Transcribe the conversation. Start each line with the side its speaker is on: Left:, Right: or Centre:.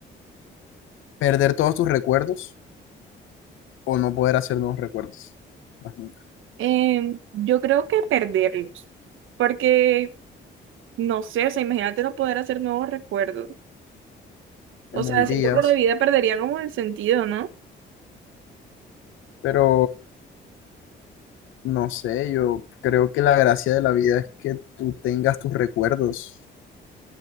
Left: ¿perder todos tus recuerdos o no poder hacer nuevos recuerdos? Más nunca.
Right: em, yo creo que perderlos, porque no sé, o sea, imagínate no poder hacer nuevos recuerdos.
Left: Te
Right: O
Left: morirías.
Right: sea, siento que la vida perdería como el sentido, ¿no?
Left: Pero no sé, yo creo que la gracia de la vida es que tú tengas tus recuerdos,